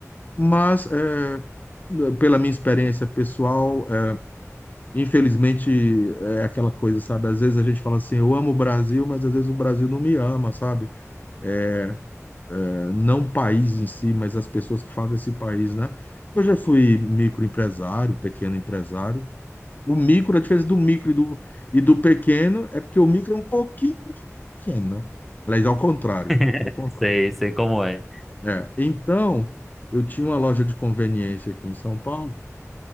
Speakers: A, on the left; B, in the centre.
A: Mas é, pela minha experiência pessoal, é, infelizmente é aquela coisa, sabe? Às vezes a gente fala assim, eu amo o Brasil, mas às vezes o Brasil não me ama, sabe? É, não o país em si, mas as pessoas que fazem esse país, né? Eu já fui microempresário, pequeno empresário. O micro, a diferença do micro e do, e do pequeno é porque o micro é um pouquinho pequeno. né? Aliás, ao contrário.
B: <laughs>
A: É o contrário.
B: Sei, sei como é.
A: É. Então, eu tinha uma loja de conveniência aqui em São Paulo.